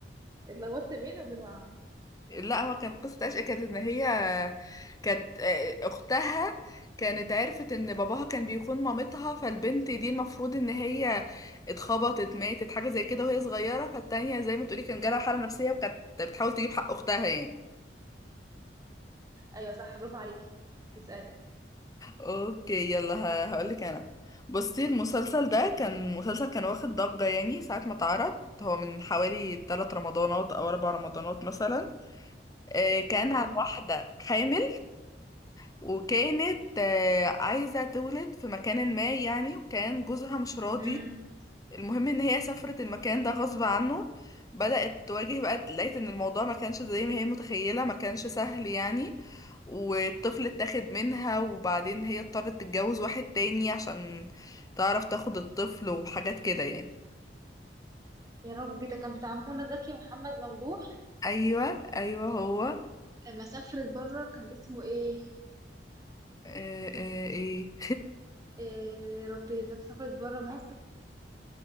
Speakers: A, on the right; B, on the left.
A: اتلخبطت بينه وبين وعد
B: لا هو كان قصة عشق كانت ان هي كانت آه، اختها كانت عرفت ان باباها كان بيخون مامتها فالبنت دي المفروض ان هي اتخبطت ماتت حاجة زي كده وهي صغيرة فالتانية زي ما تقولي كان جالها حالة نفسية وكانت بتحاول تجيب حق اختها يعني
A: ايوه صح برافو عليكي اسألي
B: اوكي يلا ه- هقولك انا بصي المسلسل ده كان مسلسل كان واخد ضجة يعني ساعة ما اتعرض هو من حوالي 3 رمضانات او 4 رمضانات مثلا آه، كان
A: امم
B: عن واحدة حامل وكانت آه، عايزة تولد في مكان ما يعني وكان جوزها مش راضي
A: امم
B: المهم ان هي سافرت المكان ده غصب عنه بدأت تواجه بقى لقيت ان الموضوع ما كانش زي ما هي متخيلة ما كانش سهل يعني والطفل اتاخد منها وبعدين هي اضطرت تتجوز واحد تاني عشان تعرف تاخد الطفل وحاجات كده يعني
A: يا ربي ده كان بتاع منى زكي ومحمد ممدوح
B: ايوه ايوه هو آه،
A: لما سافرت بره كان اسمه ايه
B: آه، ايه
A: إيه يا ربي لما سافرت بره مصر